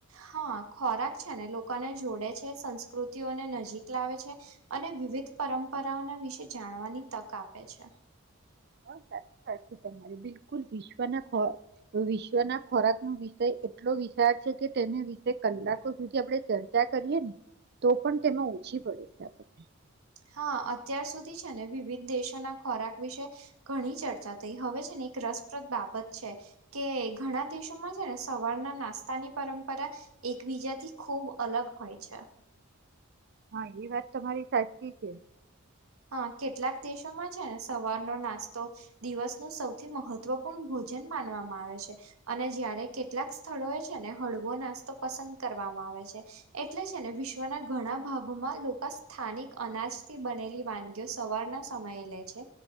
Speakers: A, on the right; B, on the right.
A: હા ખોરાક છે ને લોકોને જોડે છે સંસ્કૃતિઓને નજીક લાવે છે અને વિવિધ પરંપરાઓના વિશે જાણવાની તક આપે છે.
B: હા સાચી વાત છે તમારે બિલકુલ વિશ્વના વિશ્વના ખોરાકનો વિષય એટલો વિશાળ છે કે તેના વિશે કલાકો સુધી આપણે ચર્ચા કરીએ ને તો પણ તેમાં ઓછી પડે છે આપણને.
A: હા અત્યાર સુધી છે ને વિવિધ દેશોના ખોરાક વિશે ઘણી ચર્ચા થઈ હવે છે ને એક રસપ્રદ બાબત છે કે ઘણા દેશોમાં છે ને સવારના નાસ્તાની પરંપરા એકબીજાથી ખૂબ અલગ હોય છે.
B: હા એ વાત તમારી સાચી છે.
A: હા કેટલાક દેશોમાં છે ને સવારનો નાસ્તો દિવસ નો સૌથી મહત્વપૂર્ણ ભોજન માનવામાં આવે છે અને જયારે કેટલાક સ્થળો એ છે ને હળવો નાસ્તો પસંદ કરવામાં આવે છે. એટલે છે ને વિશ્વના ઘણા ભાગોમાં લોકો સ્થાનિક અનાજ થી બનેલી સવારના સમયે લે છે